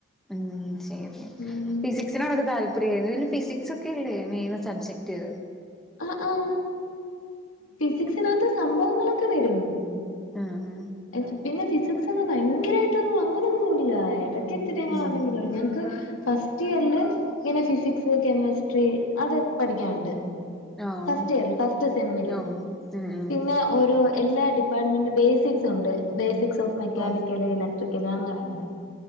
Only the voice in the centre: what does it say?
ഉം ശരി
ഫിസിക്സിനോടൊക്കെ താല്പര്യാരുന്നു പിന്നെ ഫിസിക് സൊക്കല്ലേ മെയിൻ സബ്ജക്ട്
ആ ഹാ
ഉം
ഓഹ്
ഓഹ് ഉം ഉം
ഓ